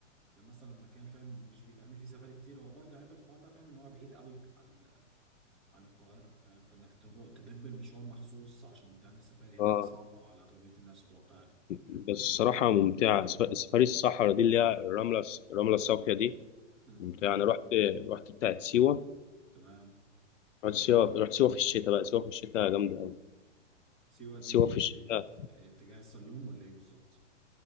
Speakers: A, in the centre; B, on the left.
A: ده مثلا مكان فاهم مش بيتعمل فيه سفاري كتير هو برضو عيب الحوار ده فاهم ان هو بعيد قوي عن عن القاهرة فاهم فإنك تروح تدب المشوار مخصوص عشان تعمل سفاري هناك
B: آه.
A: صعبة على أغلبية الناس أتوقع
B: بس الصراحة ممتعة سف- سفاري الصحراء دي اللي هي الرملة الص- الرملة الصافية دي
A: مم.
B: ممتعة أنا رحت رحت بتاعت سيوة
A: تمام
B: رحت سيوة رحت سيوة في الشتاء بقى سيوة في الشتاء جامدة أوي
A: سيوة دي
B: سيوة في
A: إيه
B: الشتاء
A: إيه، اتجاه السلوم ولا إيه بالظبط؟